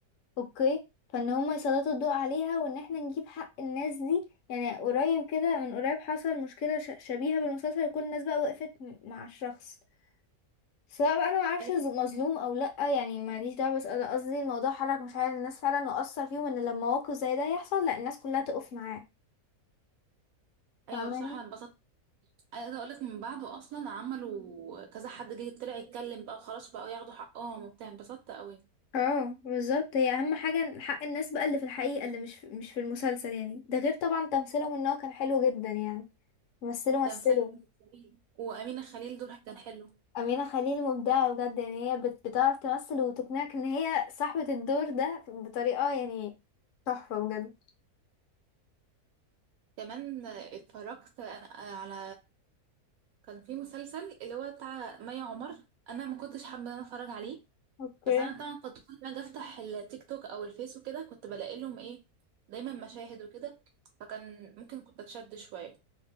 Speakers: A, on the left (about 65°); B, on the right (about 70°).
A: اوكي فان هم يسلطوا الضوء عليها وان احنا نجيب حق الناس دي يعني قريب كده من قريب حصل مشكلة ش- شبيهة بالمسلسل وكل الناس بقى وقفت م- مع الشخص سواء بقى انا ما اعرفش
B: ايوه
A: ز- مظلوم او لا يعني ماليش دعوه بس انا قصدي الموضوع حرك مشاعر الناس فعلا واثر فيهم ان لما موقف زي ده يحصل لا الناس كلها تقف معاه
B: أيوة،
A: فاهماني
B: بصراحة انا اتبسطت عايزه اقول لك من بعده اصلا عملوا كذا حد جه طلع يتكلم بقى خلاص بقوا ياخدوا حقهم وبتاع انبسطت قوي
A: اه بالظبط هي اهم حاجة حق الناس بقى اللي في الحقيقة اللي مش في مش في المسلسل يعني ده غير طبعا تمثيلهم ان هو كان حلو جدا يعني مثلوا
B: تمثال
A: مثلوا
B: جميل وامينه خليل دورها كان حلو
A: امينه خليل مبدعه بجد يعني هي بت- بتعرف تمثل وتقنعك ان هي صاحبه الدور ده بطريقه يعني تحفه بجد
B: كمان اتفرجت انا على كان في مسلسل اللي هو بتاع مي عمر انا ما كنتش حابه ان انا اتفرج عليه
A: اوكي
B: بس انا طبعا كنت كل ما اجي افتح التيك توك او الفيس وكده كنت بلاقي لهم ايه دايما مشاهد وكده فكان ممكن كنت اتشد شويه